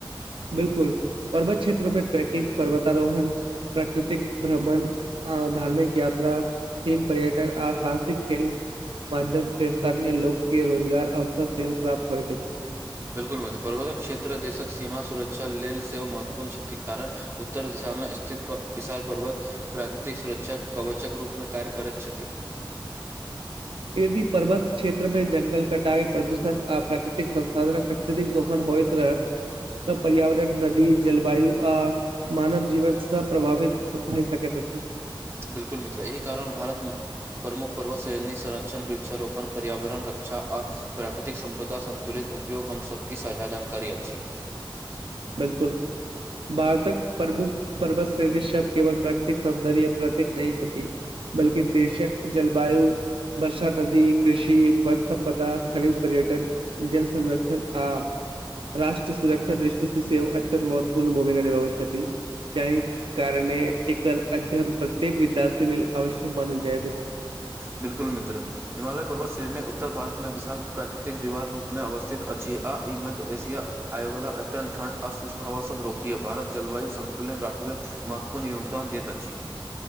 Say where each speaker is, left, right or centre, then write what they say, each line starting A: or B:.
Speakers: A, on the right; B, on the right.
A: बिलकुल पर्वत क्षेत्रमे ट्रैकिंग पर्वतारोहण प्राकृतिक भ्रमण अ धार्मिक यात्रा स्की पर्यटक आ साहसिक खेल माध्यम से स्थानीय लोक के रोजगार अवसर सेहो प्राप्त होइत अछि।
B: बिल्कुल मित्र, पर्वतक क्षेत्र देशक सीमा सुरक्षा लेल सेहो महत्वपूर्ण छथि कारण उत्तर दिशामे स्थित विशाल पर्वत प्राकृतिक सुरक्षा कवचक रूपमे कार्य करैत छथि।
A: यदि पर्वत क्षेत्र मे जंगल कटाई प्रदूषण आ प्राकृतिक संसाधनक अत्यधिक दोहन होइत रहै तऽ पर्यावरण, नदी, जलवायु आ मानव जीवन सं प्रभावित भय सकैत अछि।
B: बिलकुल मित्र, एहि कारण भारत प्रमुख पर्वत श्रेणी संरक्षण, वृक्षारोपण, पर्यावरण रक्षा आ प्राकृतिक सम्पदा संन्तुलित उपयोग हम सभके साझा जानकारी अछि।
A: बिलकुल। भारतक प्रमुख पर्वत श्रेणी सब केवल प्राकृतिक सौन्दर्यक प्रतीक नहि छथि। बल्कि देशक जलवायु वर्षा, नदी, कृषि, वन संपदा, खनिज, पर्यटन जल संरक्षण आ राष्ट्र सुरक्षा दृष्टि सं सेहो अत्यंत महत्वपूर्ण भूमिका निभावै छथि। जाहि कारणे एकर अध्ययन प्रत्येक विद्यार्थी लेल आवश्यक मानल जाइत अछि।
B: बिलकुल मित्र। हिमालय पर्वत श्रेणी उत्तर भारतमे विशाल प्राकृतिक दीवार रूपमे अवस्थित अछि आ ई मध्य एशिया आय वला अत्यन्त ठंड आ शुष्क हवा सभ रोकिये, भारत जलवायु संन्तुलित राखबे महत्वपूर्ण योगदान दैत अछि।